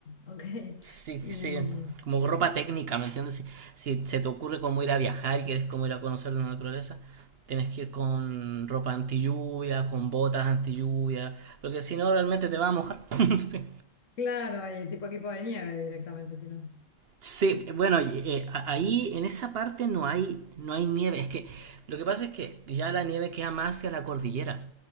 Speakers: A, on the left; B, on the right.
A: ok.
B: Sí,
A: Y
B: sí, como ropa técnica, ¿me entiendes? Si, si se te ocurre cómo ir a viajar y quieres cómo ir a conocer la naturaleza, tienes que ir con ropa anti lluvia, con botas anti lluvia, porque si no realmente te va a mojar. <laughs> Sí.
A: claro, y tipo equipo de nieve directamente, si no.
B: Sí, bueno, eh, a- ahí en esa parte no hay, no hay nieve. Es que lo que pasa es que ya la nieve queda más hacia la cordillera.